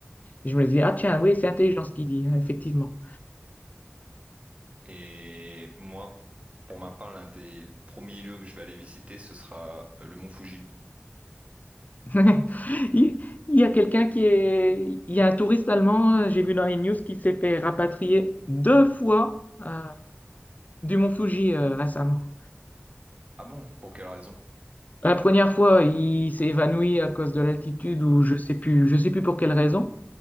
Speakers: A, on the left; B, on the right.
A: Et je me dis, ah tiens, oui, c'est intelligent ce qu'il dit, hein, effectivement.
B: Et moi, pour ma part, l'un des premiers lieux que je vais aller visiter, ce sera euh, le mont Fuji.
A: <laughs> Il, il y a quelqu'un qui est. Il y a un touriste allemand, euh, j'ai vu dans les news, qui s'est fait rapatrier deux fois euh, du mont Fuji euh, récemment.
B: Ah bon? Pour quelle raison?
A: La première fois, il s'est évanoui à cause de l'altitude ou je sais plus, je sais plus pour quelle raison.